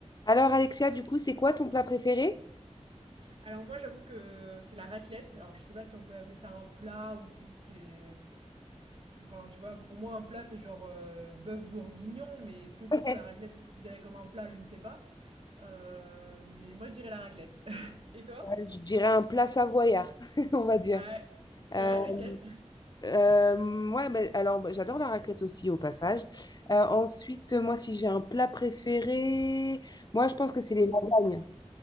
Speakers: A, on the left; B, on the right.
A: Alors, Alexia, du coup, c'est quoi ton plat préféré?
B: Alors moi j'avoue que c'est la raclette. Alors je sais pas si on peut appeler ça un plat ou si c'est... Enfin tu vois, pour moi un plat c'est genre euh, bœuf bourguignon, mais est-ce que du
A: <laughs> Ouais.
B: coup la raclette c'est considéré comme un plat, je ne sais pas. Euh, mais moi je dirais la raclette. <laughs> Et toi?
A: Ouais, Je dirais un plat savoyard, <laughs> on va dire.
B: Ouais. C'est
A: Euh,
B: vrai lequel?
A: euh, ouais, bah, alors, bah, j'adore la raclette aussi, au passage. Euh, ensuite, moi, si j'ai un plat préféré, moi, je pense que c'est les lasagnes.